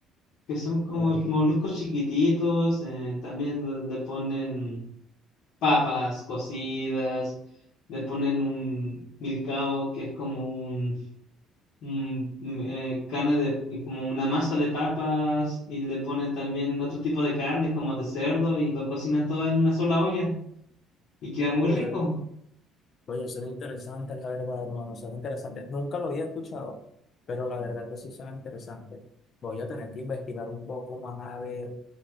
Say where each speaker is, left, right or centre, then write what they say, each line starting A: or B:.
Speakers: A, on the left (about 70°); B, on the left (about 45°).
A: que son como
B: Uy,
A: moluscos chiquititos, eh, también le le ponen papas cocidas, le ponen un milcao que es como un, un, mm, eh, carne de, como una masa de papas, y le ponen también otro tipo de carne como de cerdo y lo cocinan todo en una sola olla y queda muy
B: Oye,
A: rico.
B: Oye, son interesantes, la verdad, hermano, son interesantes. Nunca lo había escuchado, pero la verdad que sí son interesantes. Voy a tener que investigar un poco más a ver